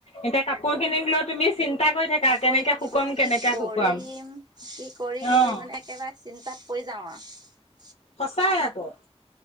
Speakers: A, on the left; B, on the right.
A: এতিয়া কাপোৰ খিনিক লৈ তুমি চিন্তা কৰি থাকা কেনেকে
B: কৈ থাকিব,
A: শুকুৱাম
B: কি
A: কেনেকে
B: কৰিম
A: শুকুৱাম।
B: কি কৰিম
A: অ',
B: বুলি মানে একেবাৰে চিন্তাত! পাঁচ।
A: সঁচাই আকৌ